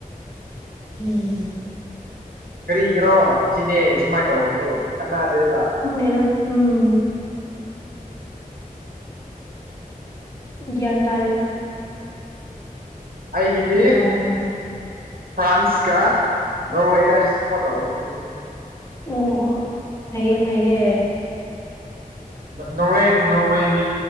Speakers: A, on the left; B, on the right.
A: ꯎꯝ
B: ꯀꯔꯤꯒꯤꯔꯣ ꯁꯤꯅꯦ ꯁꯨꯃꯥꯏꯅ ꯇꯧꯕꯗꯣ ꯆꯥꯟꯅꯗꯦꯕ
A: ꯈꯪꯗ‌ꯦꯗ ꯑꯝ ꯒꯥ꯭ꯏꯟ ꯇꯥꯔꯦꯗ
B: ꯑꯩꯒꯤꯗꯤ
A: ꯀꯅꯥꯅ
B: ꯐ꯭ꯔꯥꯟꯁꯀ ꯅꯣꯔꯋꯦꯗ ꯑꯩ ꯁꯄꯣꯔꯠ ꯇꯧꯕꯅꯦ ꯑꯩꯗꯤ
A: ꯑꯣ ꯑꯣ ꯐꯩꯌꯦ ꯐꯩꯌꯦ
B: ꯅꯣꯔꯋꯦ ꯅꯣꯔꯋꯦꯒꯤ